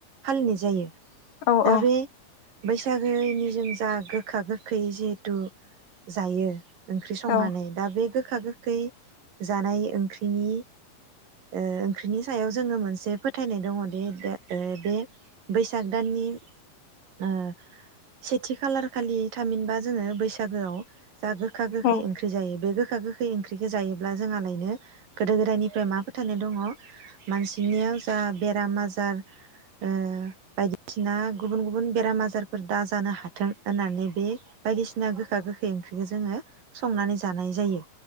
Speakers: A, on the right (about 70°); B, on the left (about 65°).
A: फालिनाय जायो।
B: औ
A: दा
B: औ।
A: बे बैसागोनि जों जा गोखा गोखै जिहेथु जायो। ओंख्रि संनानै
B: औ
A: दा बे गो खा गोखै जानाय ओंख्रिनि ओ ओंख्रिनि सायाव जोङो मोनसे फोथायनाय दङ दि दा ओ बे बैसाग दाननि ओ सेथि खालार खालि थामहिनबा जोङो बैसागोआव जा गोखा गोखै
B: औ
A: ओंख्रि जायो बे गो खा गोखै ओंख्रिखो जायोब्ला जोंहालायनो गोदो गोदायनिफ्राय मा फोथायनाय दङ मानसिनियाव जा बेराम आजार ओ बायदिसिना गुबुन गुबुन बेराम आजारफोर दा जानो हाथों होननानै बे बायदिसिना गोखा गोखै ओंख्रिखो जोङो संनानै जानाय जायो।